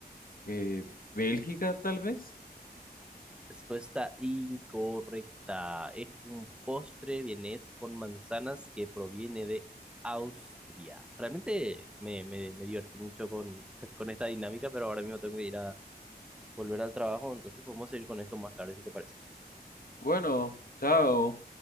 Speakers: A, on the left; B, in the centre.
A: eh, Bélgica, tal vez.
B: Respuesta incorrecta. Es un postre vienés con manzanas que proviene de Austria. Realmente me, me, me divertí mucho con, <laughs> con esta dinámica, pero ahora mismo tengo que ir a volver al trabajo, entonces podemos seguir con esto más tarde si te parece.
A: Bueno, chao.